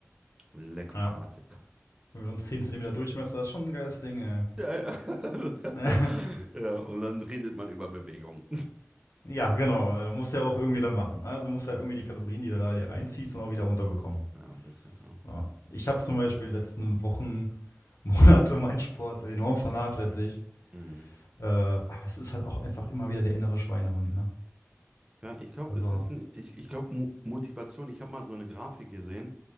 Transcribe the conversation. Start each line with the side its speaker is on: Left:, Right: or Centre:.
Right: Lecker
Left: Ja.
Right: schmatzig.
Left: Und zehn Zentimeter Durchmesser ist schon ein geiles Ding, ey.
Right: Ja, ja.
Left: <laughs>
Right: <laughs> Ja, und dann redet man über Bewegung.
Left: ja, genau. Äh, Muss ja auch irgendwie dann machen. ne? Also muss ja irgendwie die Kalorien, die du da dir reinziehst, dann auch wieder runterbekommen.
Right: Ja, ein bisschen, ne?
Left: Ja. Ich habe zum Beispiel die letzten Wochen, <laughs> Monate meinen Sport enorm vernachlässigt.
Right: Mhm.
Left: Äh, aber es ist halt auch einfach immer wieder der innere Schweinehund, ne?
Right: Ja, ich glaube,
Left: Also,
Right: es ist, n- ich, ich glaube, Mo Motivation, ich habe mal so eine Grafik gesehen,